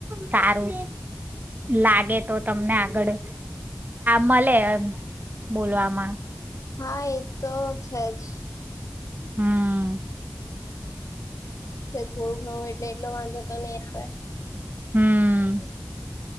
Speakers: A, on the right; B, on the left.
A: સારું. લાગે તો તમને આગળ મળે. બોલવામાં
B: હા એ તો છે જ.
A: હમ.
B: હોું ઘરું એ <unintelligible> એટલે એટલો વાંધો તો નહી આવે.
A: હમ.